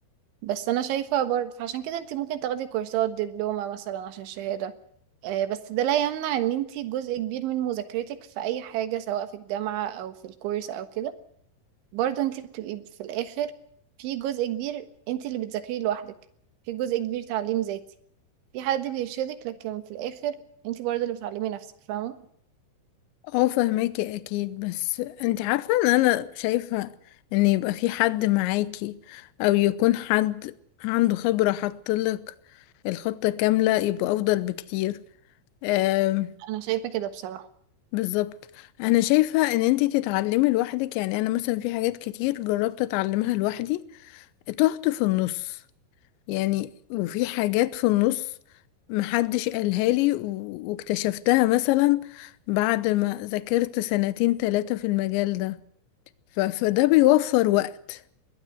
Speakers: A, on the right; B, on the left.
A: بس انا شايفه برضه فعشان كده انت ممكن تاخدي كورسات دبلومه مثلا عشان الشهاده آه، بس ده لا يمنع ان انت جزء كبير من مذاكرتك في اي حاجه سواء في الجامعه او في الكورس او كده برضه انت بتبقي في الاخر في جزء كبير انت اللي بتذاكريه لوحدك في جزء كبير تعليم ذاتي في حد بيرشدك لكن في الآخر انتي برضه اللي بتعلمي نفسك فاهمة
B: اه فهماكي اكيد بس انت عارفة ان انا شايفة ان يبقى في حد معاكي او يكون حد عنده خبرة حطلك الخطة كاملة يبقى افضل بكتير آم،
A: أنا شايفة كده بصراحة
B: بالظبط انا شايفة ان انت تتعلمي لوحدك يعني انا مثلا في حاجات كتير جربت اتعلمها لوحدي تهت في النص يعني وفي حاجات في النص محدش قالها لي و- واكتشفتها مثلا بعد ما ذاكرت سنتين تلاتة في المجال ده ف- فده بيوفر وقت